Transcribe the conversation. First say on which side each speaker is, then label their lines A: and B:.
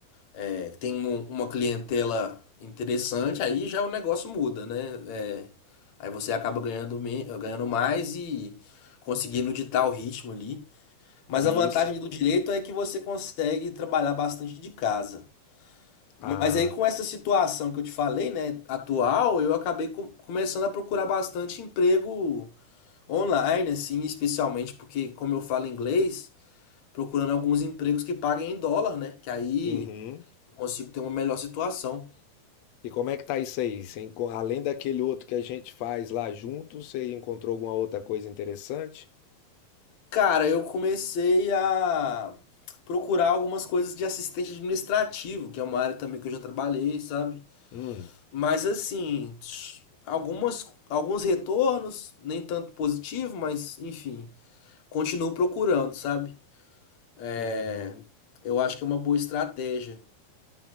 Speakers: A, on the left (about 55°); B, on the left (about 85°).
A: é, tem um- uma clientela interessante, aí já o negócio muda, né? É, aí você acaba ganhando, me- ganhando mais e conseguindo ditar o ritmo ali. Mas
B: E
A: a vantagem
B: isso.
A: do direito é que você consegue trabalhar bastante de casa. Mas
B: Ah,
A: aí, com essa situação que eu te falei, né, atual, eu acabei com- começando a procurar bastante emprego online, assim, especialmente porque, como eu falo inglês, procurando alguns empregos que paguem em dólar, né, que aí
B: uhum.
A: eu consigo ter uma melhor situação.
B: E como é que tá isso aí? Você enco- além daquele outro que a gente faz lá junto, você encontrou alguma outra coisa interessante?
A: Cara, eu comecei a procurar algumas coisas de assistente administrativo, que é uma área também que eu já trabalhei, sabe?
B: Hum,
A: Mas assim, algumas, alguns retornos, nem tanto positivo, mas enfim. continuo procurando, sabe? É,
B: uhum.
A: eu acho que é uma boa estratégia.